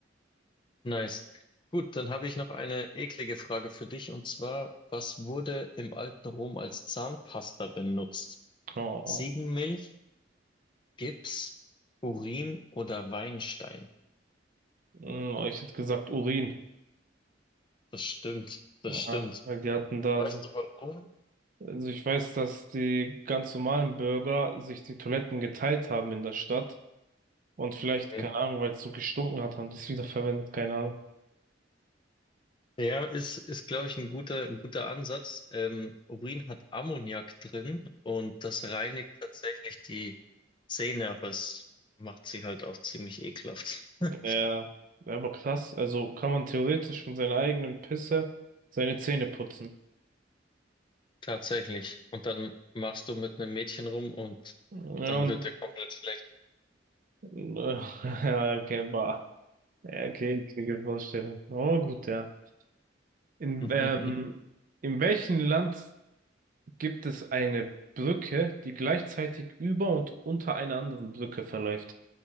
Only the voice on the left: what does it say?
Nice. Gut, dann habe ich noch eine eklige Frage für dich und zwar, was wurde im alten Rom als Zahnpasta benutzt?
Ziegenmilch? Gips, Urin oder Weinstein.
Das stimmt, das
stimmt.
Weißt
du warum?
Mhm.
Ja, ist, ist glaube ich, ein guter, ein guter Ansatz. Ähm, Urin hat Ammoniak drin und das reinigt tatsächlich die Zähne, aber es macht sie halt auch ziemlich ekelhaft. <laughs>
Tatsächlich. Und dann machst du mit einem Mädchen rum und
dann
wird dir komplett schlecht.
<laughs>